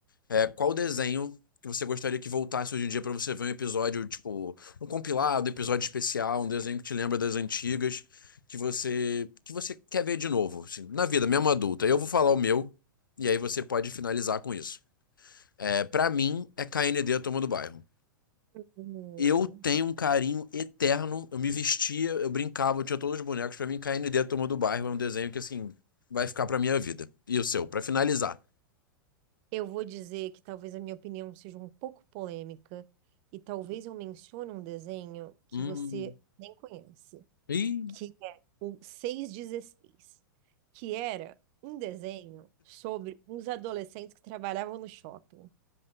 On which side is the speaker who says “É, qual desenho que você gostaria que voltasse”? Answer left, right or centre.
Left